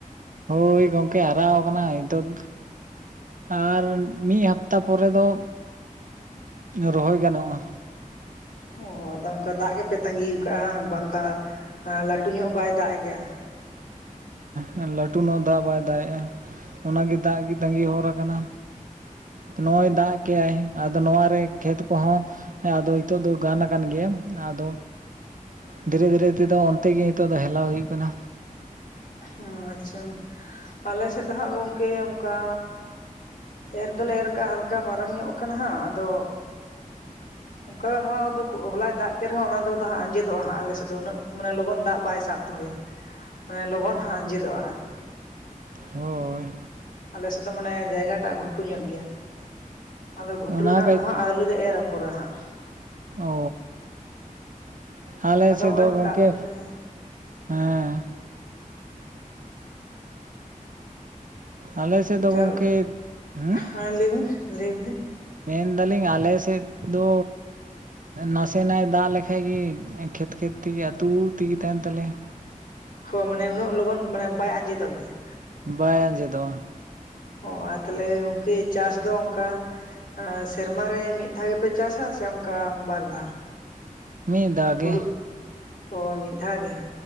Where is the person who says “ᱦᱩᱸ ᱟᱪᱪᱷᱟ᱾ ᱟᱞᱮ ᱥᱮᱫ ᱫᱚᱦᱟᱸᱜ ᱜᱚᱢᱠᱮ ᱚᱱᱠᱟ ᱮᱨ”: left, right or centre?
Left